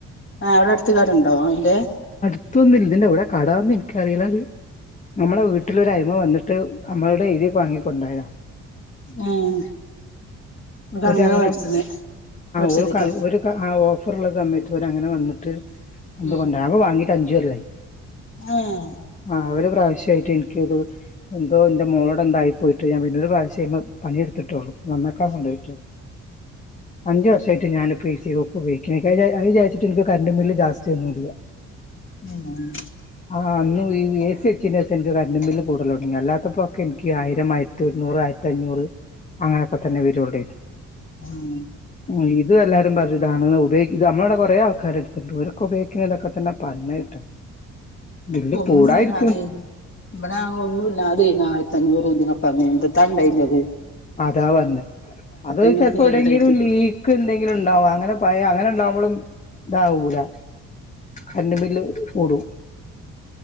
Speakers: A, on the left; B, on the left.
A: ആഹ് അവിടെ അടുത്ത് കടണ്ടോ അയിന്റെ
B: ത്തെന്നില്ല ഇതിൻന്റെ കട എന്ന് എനിക്കറിയില്ല അത് നമ്മെ വീട്ടിലൊരായ്മ വന്നിട്ട് നമ്മളടെ എഴുതി വാങ്ങിക്കും കൊണ്ടായ
A: ഉം ഇവിടെ
B: ഒരു
A: അങ്ങനെ
B: അഹാരം
A: മേടിച്ചത് മേടിച്ചതേക്കാ
B: ഒരു ആ ഓ അപ്പറള്ള തന്നിട്ട് ഒരെ അങ്ങനെ തന്നിട്ട് എന്തുകൊണ്ട
A: ഉം
B: വാങ്ങി അഞ്ചുപേരുവായി
A: ഏഹ്
B: ആ ഒരു പ്രാവശ്യമായിട്ട് എനിക്ക്ത് എന്തോ മോളോട് എന്തായും പോയിട്ട് ഞാൻ പിന്നെൊരു പ്രാവശ്യമേ പണിയെടുത്തിട്ടുള്ളു നന്നാക്കാ കൊണ്ടുപോയിട്ടുള്ളു അഞ്ചു വർഷ ആയിട്ട് ഞാൻ ഇപ്പോ എസി ഉപയോഗിക്ക അ വിചാരിച്ചിട്ട് എനിക്ക് കറൻ്റ് ബില്ല് ജാസ്തിയായിട്ട് ഒന്നുമില്ല
A: ഉം
B: ആഹ് അന്നും ഈ എസി ഐന്റെസം ൻക്ക് കറണ്ടിബില്ല് കൂടലൊട്ങ്ങി അല്ലാത്തപ്പോക്കെ ഇൻക്ക് ആയിര ആയിരം ആയിരത്തി ഒരുന്നൂറ് ആയിരത്തി അഞ്ഞൂറ് അങ്ങനെയൊക്കെ തന്നെ വരൂള്ളൊനീ
A: ഉം
B: ഇ ഇത് എല്ലാരും പറയുതാണ് ഉപയോഗിക്ക നമ്മുടെ കൊറേ ആൾക്കാർടുത്തിട്ടുണ്ട് ഓരക്കെ ഉപയോഗിക്കുന്ന ഇതൊക്കെ തന്നെ പറഞ്ഞ കേട്ട് ബില്ല്
A: ഒന്നുല്ലാതെ
B: കൂടായിരിക്കും
A: ഇവിടെ ഒന്നുല്ലാതെ ആയി അഞ്ഞുറോ രൂപ്യയ പറഞ്ഞ എന്ത താണ്ടായിരുന്നത്
B: അതാ പറഞ്ഞ അത് ചെലപ്പോ
A: ഒക്കെ കേടായിട്ട്
B: എവിടെയ്ങ്കിലും ലീക്ക് എന്തെങ്കിലും ഉണ്ടാവും അങ്ങനെ പയ അങ്ങനെ ഉണ്ടാവുമ്പളും ഇതാവൂല കറണ്ടുബില്ല് കൂടും